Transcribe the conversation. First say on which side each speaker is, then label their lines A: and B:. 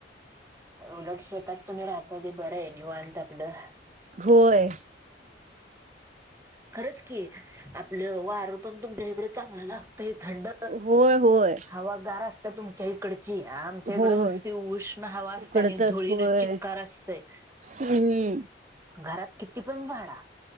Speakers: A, on the right; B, on the right.
A: उलट शेतात तुम्ही राहताय, ते बरं हाय निवांत आपल
B: होय.
A: खरंच. की आपलं वार पण तुमच्या इकडें चांगलं लाग तय थंड
B: होय होय
A: हवागार असत्या, तुमच्या इकडची आमच्या इकड
B: होय
A: नुसती उष्ण हवा असत्या
B: उकडतच
A: आणि धुळी
B: होय
A: न चिक्कार असतय,
B: हम्म.
A: घरात किती? पण झाडा.